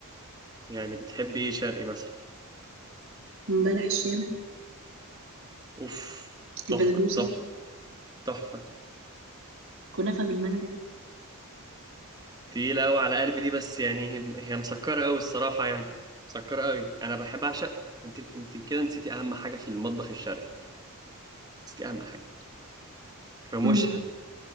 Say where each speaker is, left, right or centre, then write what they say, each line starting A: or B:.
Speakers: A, on the right; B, on the right.
A: يعني بتحبي ايه شرقي مثلا
B: بلح الشام
A: اوف تحفة
B: البسبوسه
A: تحفة تحفة
B: كنافه بالمانجا
A: تقيلة قوي على قلبي دي بس يعني هي مسكرة قوي الصراحة يعني مسكرة قوي انا بحب اعشق انت انت كده نسيتي اهم حاجة في المطبخ الشرقي نسيتي اهم حاجة رموشها
B: مم.